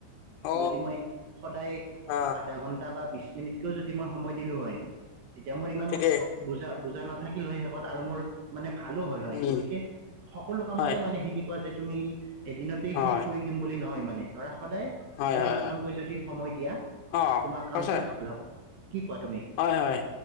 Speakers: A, on the left; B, on the right.
A: অ
B: যদি মই সদায়
A: অ
B: আধা ঘন্টা বা বিশ মিনিটকৈও যদি মই সময় দিলোঁ হয় তেতিয়া মোৰ ইমান
A: ঠিকেই
B: বুজা বুজা নাথাকিল শেষত আৰু মোৰ মানে ভালো হ'ল হয়
A: উম
B: গতিকে সকলো কামতে
A: হয়
B: মানে সেনেকুৱা যে তুমি এদিনতেই
A: হয়
B: শেষ কৰি দিম বুলি নহয় মানে ধৰা সদায়
A: হয়
B: অকমান
A: হয়
B: অকমানকৈ
A: হয়
B: যদি সময় দিয়া
A: অ
B: তোমাৰ কামটো
A: সঁচা
B: ভাল হব। কি কোৱা তুমি?
A: হয় হয়।